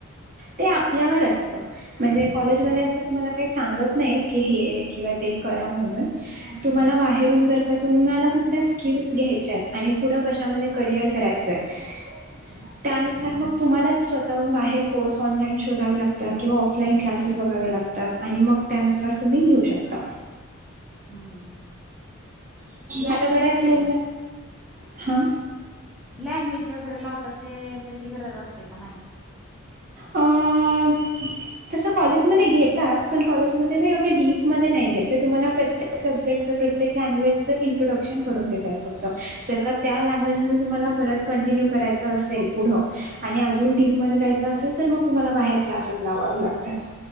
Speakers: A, on the right; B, in the centre.
A: ते आपल्यावर असतं. म्हणजे
B: हो
A: कॉलेजवाले असं तुम्हाला काही सांगत नाही, की हे किंवा ते करा म्हणून
B: हम्म
A: तुम्हाला बाहेरून जर का तुम्हाला कुठल्या स्किल्स घ्यायच्यायत आणि पुढं कशामध्ये करिअर करायचं हाय त्यानुसार मग
B: हम्म
A: तुम्हालाच स्वतः हून, बाहेर कोर्स ऑनलाईन शोधावे लागतात किंवा ऑफलाईन क्लासेस बघावे लागतात आणि मग त्यानुसार तुम्ही घेऊ शकता,
B: हम्म लॅ
A: आता बऱ्याच
B: ते
A: <unintelligible> हां
B: लँग्वेजचे वगैरे लावतात ते, त्याची गरज असते का नाय?
A: अं तसं कॉलेजमध्ये घेतात, पण कॉलेजमध्ये ना एवढ डीप मध्ये नाही घेत तुम्हाला प्रत्येक सबजेक्ट प्रत्येक लँग्वेजचं इंट्रडक्न करून देतात फक्त, जर का त्या लँग्वेजमध्ये तुम्हाला परत कंटिन्यू करायचं असेल पुढं आणि अजून डीप मध्ये जायचं असेल तर मग तुम्हाला बाहेर क्लासेस लावावे लागतात.